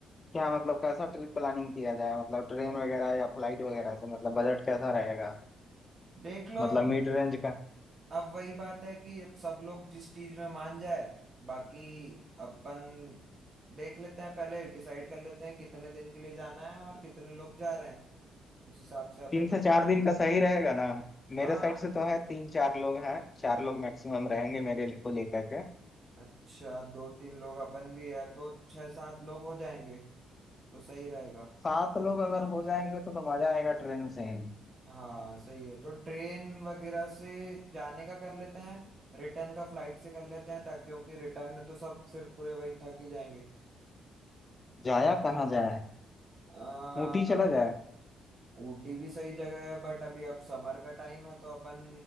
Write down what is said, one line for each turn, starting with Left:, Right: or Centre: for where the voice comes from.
Left: क्या मतलब कैसा ट्रिप प्लानिंग किया जाए मतलब ट्रेन वगैरह या फ्लाइट वगैरह से मतलब बजट कैसा रहेगा
Right: देख लो
Left: मतलब
Right: अब
Left: मिड रेंज का
Right: अब वही बात है कि अब सब लोग जिस चीज में मान जाए बाकी अपन देख लेते हैं पहले डिसाइड कर लेते हैं कितने दिन के लिए जाना है और कितने लोग जा रहे हैं उस हिसाब से अपन
Left: तीन से चार दिन का सही रहेगा ना मेरे
Right: हाँ
Left: साइड से तो है तीन चार लोग हैं चार लोग मैक्सिमम रहेंगे मेरे को लेकर के
Right: अच्छा दो तीन लोग अपन भी है तो छह सात लोग हो जाएंगे तो सही रहेगा
Left: सात लोग अगर हो जाएंगे तो, तो मजा आएगा ट्रेन से ही
Right: हाँ सही है तो ट्रेन वगैरह से जाने का कर लेते हैं रिटर्न का फ्लाइट से कर लेते हैं ताकि क्योंकि रिटर्न में तो सब फिर पूरे वही थक ही जाएंगे
Left: जाया कहाँ जाए
Right: आ,
Left: ऊटी चला जाए
Right: ऊटी भी सही जगह है बट अभी अब समर का टाइम है तो अपन